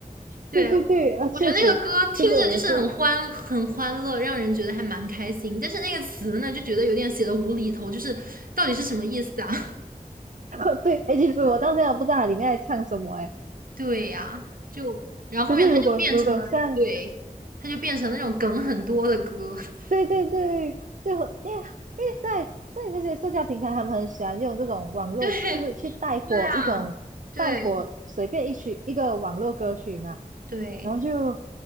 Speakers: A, on the right (about 80°); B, on the right (about 65°).
A: 对，
B: 对对对，啊，确实
A: 我觉得那个歌听着就是很欢很欢乐，
B: 这个也是。
A: 让人觉得还蛮开心。但是那个词呢，就觉得有点写的无厘头，就是到底是什么意思啊？<laughs>
B: <laughs> 对，哎，其实我到现在不知道它里面在唱什么，哎，
A: 对呀、就然后后面它就变成了，
B: 可是如果如果像
A: 对，它就变成那种梗很多的歌。<laughs>
B: 对对对，就因为因为在在那些社交平台，他们很喜欢用这种网络，
A: 对，
B: 就是去带火一种带火随便一曲一个网络歌曲嘛，
A: 对啊，对对。
B: 然后就